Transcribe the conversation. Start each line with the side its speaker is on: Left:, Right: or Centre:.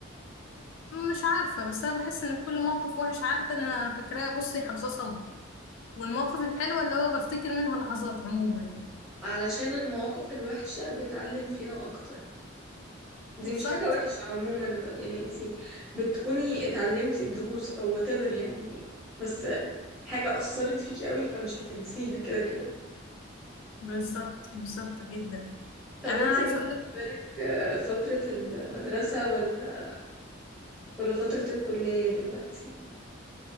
Left: مش عارفة بس أنا بحس إن كل موقف وحش عدى أنا فاكراه بصي حافظاه صم والمواقف الحلوة اللي هو بفتكر منها لحظات عموما يعني
Centre: علشان المواقف الوحشة بتعلم فينا أكتر دي
Left: بالظبط
Centre: مش حاجة وحشة عموما ب... يعني انتي بتكوني اتعلمتي دروس أو whatever يعني بس حاجة أثرت فيكي قوي فمش هتنسيها كده كده
Left: بالظبط بالظبط جدا
Centre: طب
Left: يعني
Centre: انتي
Left: انا عايزه
Centre: بالنسبة
Left: اقولك
Centre: لك آه، فترة المدرسة ولا ولا فترة الكلية دلوقتي